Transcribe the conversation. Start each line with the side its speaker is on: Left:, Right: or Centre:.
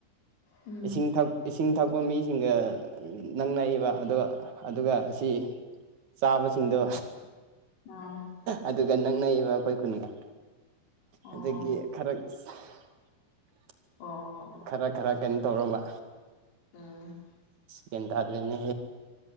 Left: ꯎꯝ
Right: ꯏꯁꯤꯡ ꯊ ꯏꯁꯤꯡꯅ ꯊꯛꯄ ꯃꯤ ꯁꯤꯡꯒ ꯅꯪꯅꯩꯕ ꯑꯗꯨꯒ ꯑꯗꯨꯒ ꯑꯁꯤ ꯆꯥꯕꯁꯤꯡꯗꯣ
Left: ꯑꯥ
Right: ꯑꯗꯨꯒ ꯅꯛꯅꯕ ꯑꯩꯈꯣꯏ ꯈꯨꯟꯒ
Left: ꯑꯣ
Right: ꯑꯗꯒꯤ ꯈꯔ <unintelligible>
Left: ꯑꯣ
Right: ꯈꯔ ꯈꯔ ꯀꯩꯅꯣ ꯇꯧꯔꯕ
Left: ꯎꯝ
Right: ꯒꯤꯟꯗ꯭ꯔꯅꯦ